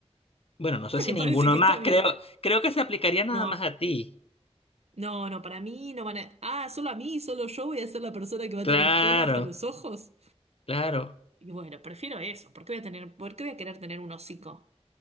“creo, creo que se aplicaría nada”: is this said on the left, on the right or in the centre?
Left